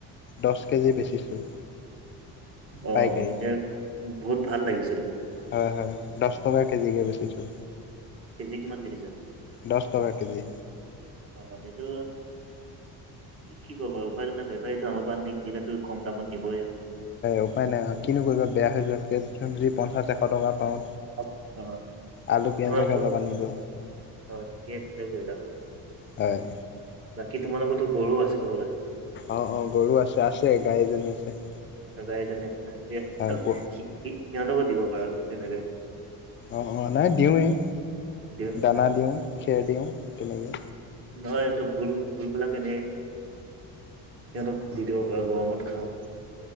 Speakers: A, on the left; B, on the right.
A: দহ কেজি বেচিছোঁ।
B: অ'
A: পাইকাৰী
B: সে বহুত ভাল লাগিছে দেখোন।
A: হয়, হয় দহ টকা কেজিকৈ বেচিছোঁ।
B: কেজি কিমানকৈ দিছা?
A: দহ টকা কেজি
B: অ' এইটো কি ক'বা? উপাই ত' নাই! বেপাৰীটো, আমাৰ পৰা নি কিনেতো, কম দামত নিবই আৰু।
A: উপায় নাই! কিনো কৰিবা? বেয়া হৈ যোৱাতকৈ, যি পঞ্চাছ, এশ টকা পাওঁ।
B: <unintelligible>
A: আলু পিয়াজকে অলপ আনিলো
B: ঠিকেই, ভালে কৰিলা।
A: হয়!
B: বাকী, তোমাৰ লগতো গৰু আছিল, ন' বোলে?
A: অ' অ'! গৰু আছে, আছে, গাই এজনী আছে।
B: <unintelligible> সিহঁতকো
A: হয় ক
B: দিব পাৰ, তেনেকে?
A: অ' অ'! নাই, দিওঁৱেই।
B: দিওঁ
A: দানা দিওঁ, খেৰ দিওঁ তেনেকে।
B: নহয়, এইবিলাক ভোল, ভোলবিলাক এনে, সিহঁতক দি দিব পাৰে, গৰমত খাওঁক।